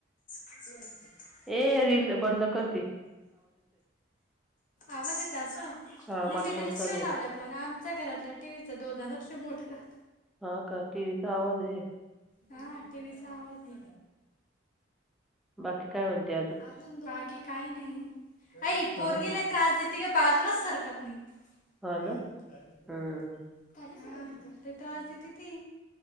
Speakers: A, on the left; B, in the centre.
A: <unintelligible>
B: ए रील बंद कर ते.
A: आवाज येत अस. नाही
B: हा मला
A: मी रीलल्स
B: बोलता
A: नाही
B: येत
A: लावल्या पण, आमच्या घरातल्या टी. व्ही दो जणतले मोटर आह.
B: हा काकीचा आवाज हे.
A: हा टि. व्हीचा आवाज.
B: बाकी काय म्हणते
A: अजून बाकी काही नाही. अई इ पोरगी
B: हा
A: लय त्रास देती ग, बाजूला सरकत नाही.
B: हा
A: <unintelligible>
B: ना हम्म
A: हा लई त्रास देती ती.